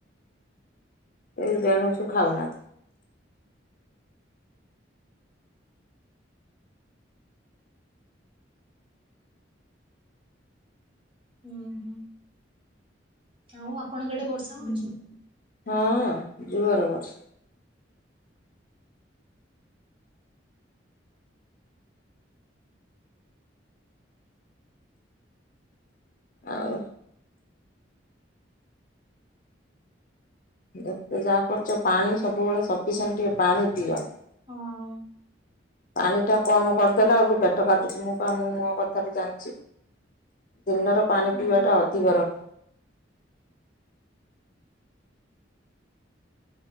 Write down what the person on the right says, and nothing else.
ଉଁହୁଁ। ଆଉ ଆପଣଙ୍କ ଆଡେ ବର୍ଷା ହଉଛି?
ହଁ।
ହୁଁ